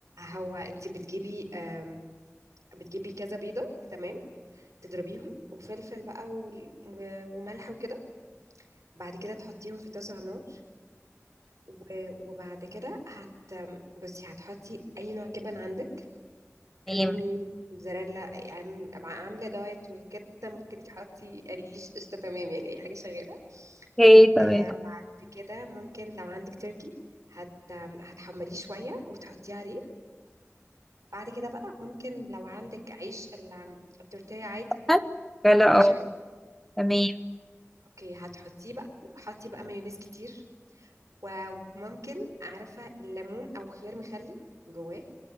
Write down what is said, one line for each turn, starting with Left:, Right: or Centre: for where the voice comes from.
Right: هو انت بتجيبي أم، بتجيبي كذا بيضه تمام تضربيهم وفلفل بقى و- و- وملح وكده بعد كده تحطيهم في طاسه على النار و- وبعد كده هت بصي هتحطي اي نوع جبن عندك
Centre: تمام
Right: رومي موتزاريلا عام- عامله دايت وكده ممكن تحطي قريش قشطه تمام يعني اي حاجه شغاله
Centre: اوكي تمام
Right: آه بعد كده ممكن لو عندك تركي هت هتحمريه شوية وتحطيه عليه بعد كده بقى ممكن لو عندك عيش ال- التورتيه عادي
Centre: هل؟ لا
Right: أو
Centre: لا
Right: عيش
Centre: اه
Right: عادي
Centre: تمام
Right: اوكي هتحطيه بقى وحطي بقى مايونيز كتير و- وممكن عارفة الليمون أو خيار مخلل جواه